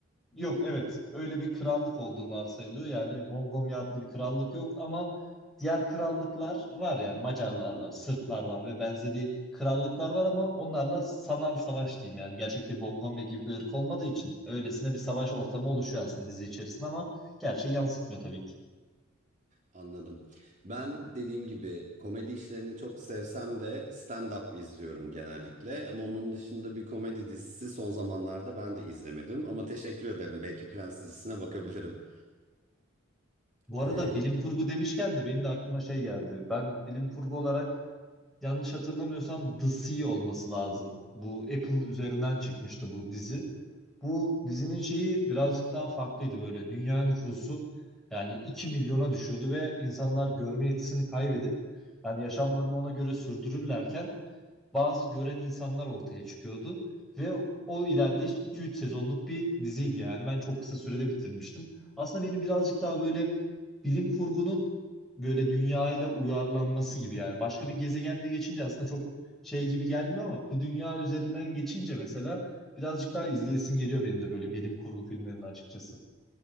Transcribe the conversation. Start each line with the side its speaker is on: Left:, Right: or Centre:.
Centre: Yok evet öyle bir krallık olduğu varsayılıyor. Yani Bongomya adlı bir krallık yok ama diğer krallıklar var yani Macarlar var, Sırplar var ve benzeri krallıklar var ama onlarla sanal savaş diyeyim yani. Gerçekte Bongomya gibi bir ırk olmadığı için öylesine bir savaş ortamı oluşuyor aslında dizi içerisinde ama gerçeği yansıtmıyor tabii ki.
Right: Anladım. Ben dediğim gibi komedi işlerini çok sevsem de stand-up izliyorum genellikle. Ama onun dışında bir komedi dizisi son zamanlarda ben de izlemedim. Ama teşekkür ederim. Belki Prens dizisine bakabilirim.
Centre: Bu arada
Right: Ee,
Centre: bilim kurgu demişken de benim de aklıma şey geldi. Ben bilim kurgu olarak yanlış hatırlamıyorsam The Sea olması lazım. Bu Apple üzerinden çıkmıştı bu dizi. Bu dizinin şeyi birazcık daha farklıydı böyle. Dünya nüfusu yani 2 milyona düşüyordu ve insanlar görme yetisini kaybedip yani yaşamlarını ona göre sürdürürlerken bazı gören insanlar ortaya çıkıyordu ve o ilerleyiş iki üç sezonluk bir diziydi yani ben çok kısa sürede bitirmiştim. Aslında beni birazcık daha böyle bilim kurgunun böyle dünyayla uyarlanması gibi yani. Başka bir gezegende geçince aslında çok şey gibi gelmiyor ama bu dünya üzerinden geçince mesela birazcık daha izleyesim geliyor benim de böyle bilim kurgu filmlerinin açıkçası.